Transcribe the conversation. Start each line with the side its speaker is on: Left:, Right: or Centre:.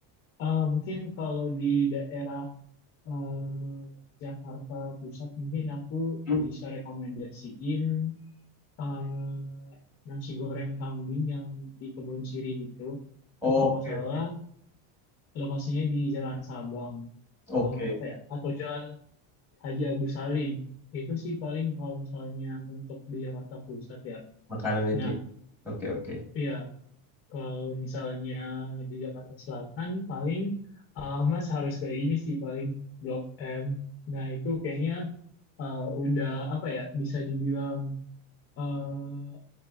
Left: eh, mungkin kalau di daerah eh, Jakarta Pusat mungkin aku
Centre: Hmm?
Left: bisa rekomendasiin eh, nasi goreng kambing yang di Kebon Siri gitu.
Centre: Oke,
Left: Itu kalau nggak salah
Centre: oke.
Left: lokasinya di Jalan Sabang,
Centre: Oke,
Left: eh, apa ya? Atau Jalan Haji Agus Salim. Itu sih paling kalau misalnya untuk di Jakarta Pusat ya.
Centre: makanan itu.
Left: Nah,
Centre: ya. Oke, oke.
Left: iya kalau misalnya di Jakarta Selatan paling eh, Mas harus ke ini sih paling Blok M. Nah, itu kayaknya eh, udah apa ya? Bisa dibilang eh,